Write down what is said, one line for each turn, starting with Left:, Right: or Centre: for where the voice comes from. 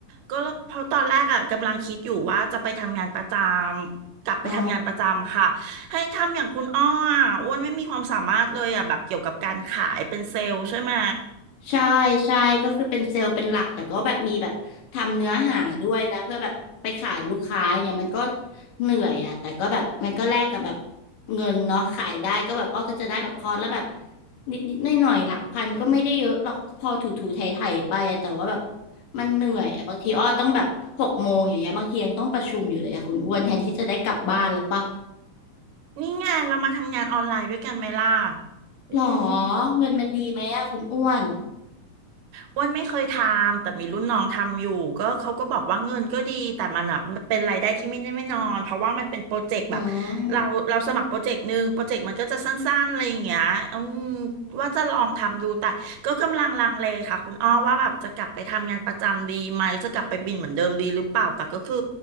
Right: ก็เพราะตอนแรกอะกำลังคิดอยู่ว่าจะไปทำงานประจำกลับไปทำงานประจำค่ะให้ทำอย่างคุณอ้ออะอ้วนไม่มีความสามารถเลยอะแบบเกี่ยวกับการขายเป็นเซลล์ใช่ไหม
Left: อ๋อ ใช่ใช่ก็คือเป็นเซลล์เป็นหลักแต่ก็แบบมีแบบทำเนื้อหาด้วยนะเพื่อแบบไปขายลูกค้าอย่างเงี้ยมันก็เหนื่อยอ่ะแต่ก็แบบมันก็แลกกับแบบเงินเนาะขายได้ก็แบบอ้อก็จะได้แบบคอร์สแล้วแบบนิดนิดหน่อยหน่อยๆหลักพันก็ไม่ได้เยอะหรอกก็พอถูถูไถไถไปอะแต่ว่าแบบมันเหนื่อยอ่ะบางทีอ้อต้องแบบหกโมงอย่างเงี้ยบางทียังต้องประชุมอยู่เลยอ่ะคุณอ้วนแทนที่จะได้กลับบ้านแล้วปะ
Right: นี่ไงเรามาทำงานออนไลน์ด้วยกันไหมล่ะอืม
Left: หรอเงินมันดีไหมอ่ะคุณอ้วน
Right: อ้วนไม่เคยทำแต่มีรุ่นน้องทำอยู่ก็เขาก็บอกว่าเงินก็ดีแต่มันอ่ะมันเป็นรายได้ที่ไม่แน่ไม่นอนเพราะว่ามันเป็นโปรเจกต์แบบ
Left: อืม
Right: เราเราสมัครโปรเจกต์หนึ่งโปรเจกต์มันก็จะสั้นๆอะไรอย่างเงี้ยอืมว่าจะลองทำดูแต่ก็กำลังลังเลค่ะคุณอ้อว่าแบบจะกลับไปทำงานประจำดีไหมจะกลับไปบินเหมือนเดิมดีหรือเปล่าแต่ก็คือ